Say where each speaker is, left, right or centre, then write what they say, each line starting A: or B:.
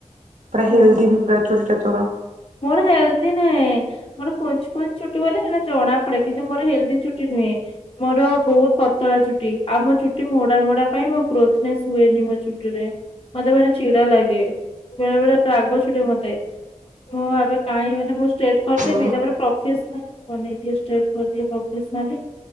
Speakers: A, on the right; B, on the left.
A: ପୁରା ହେଲଦି
B: ମୁଁ
A: ବି ପୁରା ଚୋଟିଟା ତୋର।
B: ମୋର ହେଲ୍ଦି ନାହିଁ ମୋର କୁଞ୍ଚ୍ କୁଞ୍ଚ ଚୂଟି ବୋଲି ସେଥିପା ଜଣା ପଡେ କିନ୍ତୁ ମୋର ହେଲ୍ଦି ଚୁଟି ନୁହେଁ। ମୋର ବହୁତ ପତଳା ଚୁଟି ଆଉମ ଚୁଟି ମୋଡା ମୋଡା ପାଇଁ ମୋ ଗ୍ରୋଥନେସ ହୁଏନି ମୋ ଚୁଟିରେ। ମତେ ମତେ ଚିଡା ଲାଗେ ବେଳେ ବେଳେ ରାଗ ଚି ଲଡେ ମତେ। ମୁଁ ଆବେ କାହିଁ ଏରା ମୁଁ ଷ୍ଟେଟ୍ କରିଦେବି
A: ଉଁ
B: ତାପରେ ପ୍ରଫେସନାଲ ବନେଇ ଦିଏ ଷ୍ଟ୍ରେଟ କରିଦିଏ ପ୍ରଫେସନାଲ ରେ।